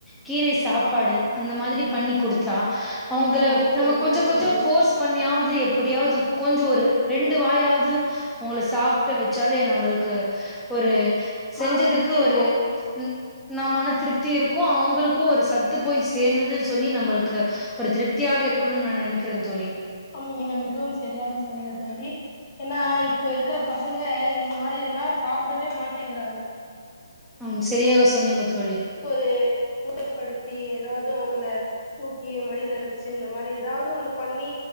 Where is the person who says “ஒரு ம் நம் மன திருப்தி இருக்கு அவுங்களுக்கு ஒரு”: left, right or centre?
Centre